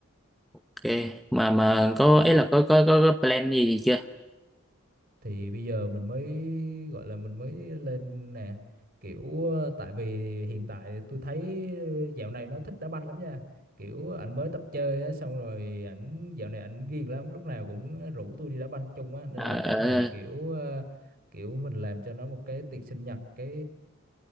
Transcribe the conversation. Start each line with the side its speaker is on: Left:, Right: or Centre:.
Centre: ok mà mà có
Right: À,
Centre: ý là có có có, có plan gì, gì chưa
Right: thì bây giờ mình mới gọi là mình mới lên nè kiểu ờ, tại vì hiện tại tôi thấy dạo này nó thích đá banh lắm nha kiểu ảnh mới tập chơi á xong rồi ảnh dạo này ảnh ghiền lắm lúc nào cũng rủ tôi đi đá banh chung á nên
Centre: à,
Right: là chắc
Centre: ờ,
Right: là kiểu ờ, kiểu mình làm cho nó một cái tiệc sinh nhật cái